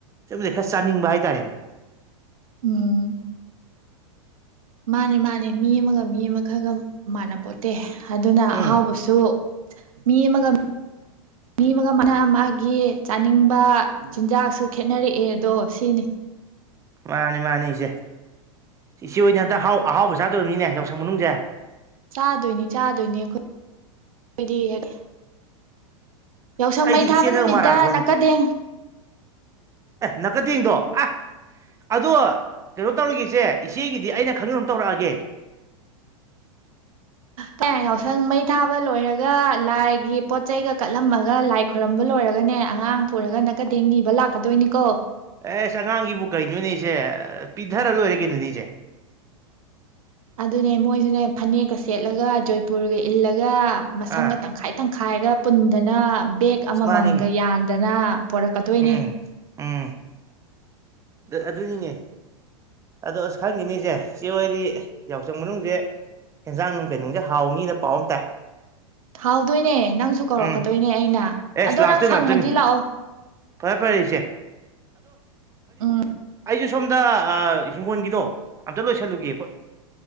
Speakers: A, on the right; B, on the right.
A: ꯁꯨꯝꯕꯗ ꯈꯔ ꯆꯥꯅꯤꯡꯕ ꯍꯥꯏꯇꯥꯥꯔꯦꯅꯦ
B: ꯎꯝ ꯃꯥꯅꯦ ꯃꯥꯅꯦ ꯃꯤ ꯑꯃꯒ ꯃꯤ ꯑꯃ ꯈꯔꯒ ꯃꯥꯟꯅ ꯄꯣꯠꯇꯦ ꯑꯗꯨꯅ
A: ꯎꯝ
B: ꯑꯍꯥꯎꯕꯁꯨ ꯃꯤ ꯑꯃꯒ ꯃꯤ ꯑꯃꯒꯅ ꯃꯥꯒꯤ ꯆꯥꯅꯤꯡꯕ ꯆꯤꯟꯖꯥꯛꯁꯨ ꯈꯦꯅꯔꯛꯑꯦ ꯑꯗꯣ ꯁꯤꯅꯤ
A: ꯃꯥꯅꯤ ꯃꯥꯅꯤꯁꯦ ꯁꯤ ꯑꯣꯏꯅ ꯍꯟꯛ ꯑꯥꯎ ꯑꯍꯥꯎꯕ ꯆꯥꯗꯧꯔꯤꯕꯅꯤꯅꯦ ꯍꯥꯏ ꯍꯤꯟꯖꯎꯁꯥꯡ ꯃꯅꯨꯡꯪꯖꯦ
B: ꯆꯥꯗꯣꯏꯅꯤ ꯆꯥꯗꯣꯏꯅꯤ ꯑꯩꯈꯣꯏ ꯍꯥꯏꯗꯤ ꯍꯦꯛ ꯌꯥꯎꯁꯪ
A: ꯑꯁ
B: ꯃꯩ
A: ꯑꯩꯗꯤ
B: ꯊꯥꯕ
A: ꯏꯆꯦꯅꯒ
B: ꯅꯨꯃꯤꯠꯇ
A: ꯃꯔꯥꯊꯣꯟ
B: ꯅꯛꯀꯗꯦꯡ
A: ꯑꯦ ꯅꯥꯀ ꯇꯦꯡꯗꯣ ꯑꯁ ꯑꯗꯣ ꯀꯩꯅꯣ ꯇꯧꯔꯤꯒꯁꯦ ꯏꯆꯦꯒꯤꯗꯤ ꯑꯩꯅ ꯈꯪꯖ ꯇꯧꯔꯛꯑꯒꯦ
B: ꯀꯌꯥ ꯌꯥꯎꯁꯪ ꯃꯩ ꯊꯥꯕ ꯂꯣꯏꯔꯒ ꯂꯥꯏꯒꯤ ꯄꯣꯠꯆꯩꯒ ꯀꯠꯂꯝꯃꯒ ꯂꯥꯏ ꯈꯣꯏꯔꯝꯕ ꯂꯣꯏꯔꯒꯅꯦ ꯑꯉꯥꯡ ꯄꯨꯔꯒ ꯅꯛꯀꯗꯦ ꯅꯤꯕ ꯂꯥꯛꯀꯗꯣꯏꯅꯤꯀꯣ
A: ꯑꯦꯁ ꯑꯉꯥꯡꯒꯤꯕꯨ ꯀꯩꯅꯣꯅꯦꯁꯦ ꯄꯤꯊꯔ ꯂꯣꯏꯔ ꯀꯩꯅꯣꯅꯦꯁꯦ
B: ꯑꯗꯨꯅꯦ ꯃꯣꯏꯗꯨꯅꯦ ꯐꯅꯦꯛꯀ ꯁꯦꯠꯂꯒ ꯖꯣꯏꯄꯨꯔꯒ ꯏꯜꯂꯒ ꯒ ꯃꯁꯝ
A: ꯑꯥ
B: ꯇꯪꯈꯥꯏ ꯇꯪꯈꯥꯏꯔꯒ ꯄꯨꯟꯗꯅ ꯕꯦꯛ ꯑꯃꯃꯝꯒ
A: ꯑꯁ ꯃꯥꯅꯤꯅꯦ
B: ꯌꯥꯟꯗꯅ ꯄꯣꯔꯛꯀꯗꯣꯏꯅꯦ
A: ꯎꯝ ꯎꯝ ꯑꯗꯨꯅꯤꯅꯦ ꯑꯗꯣ ꯑꯁ ꯈꯪꯉꯤꯅꯤꯁꯦ ꯆꯦ ꯍꯣꯏꯗꯤ ꯌꯥꯎꯁꯪ ꯃꯅꯨꯡꯁꯦ ꯑꯦꯟꯖꯥꯡ ꯅꯨꯡ ꯀꯩꯅꯨꯡꯗꯤ ꯍꯥꯎꯅꯤꯅ ꯄꯥꯎ ꯑꯃ ꯇꯥꯏ
B: ꯍꯥꯎꯗꯣꯏꯅꯦ ꯅꯪꯁꯨ ꯀꯧꯔꯛꯀꯗꯣꯏꯅꯦ
A: ꯎꯝ
B: ꯑꯩꯅ
A: ꯑꯦꯁ
B: ꯑꯗꯣ
A: ꯂꯥꯛꯇꯣꯏꯅꯤ
B: ꯅꯪ ꯁꯪꯉꯗꯤ
A: ꯂꯥꯛꯇꯣꯏꯅꯤ
B: ꯂꯥꯛꯑꯣ
A: ꯐꯔꯦ ꯐꯔꯦ ꯏꯆꯦ
B: ꯎꯝ
A: ꯑꯩꯖꯨ ꯁꯣꯝꯗ ꯍꯤꯡꯒꯣꯜꯒꯤꯗꯣ ꯑꯝꯇ ꯂꯣꯏꯁꯜꯂꯨꯒꯦ ꯑꯩꯣꯏ